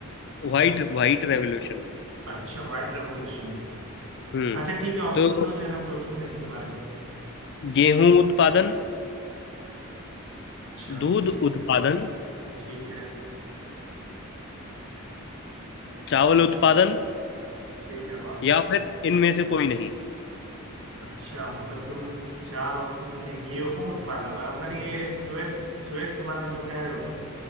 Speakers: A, on the left; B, on the right.
A: White white revolution
B: अच्छा व्हाइट रेवोल्यूशन
A: हम्म
B: अच्छा ठीक है ऑप्शन
A: तो
B: दो जरा सोचूं मैं इसके बारे में
A: गेहूं उत्पादन
B: अच्छा
A: दूध
B: ठीक है
A: उत्पादन
B: ठीक है
A: चावल उत्पादन
B: ठीक है और
A: या फिर इनमें से कोई नहीं
B: अच्छा मतलब तुम चार ऑप्शन तो दें गेहूं उत्पादन और अगर ये श्वेत श्वेत वाला जो कह रहे हो तुम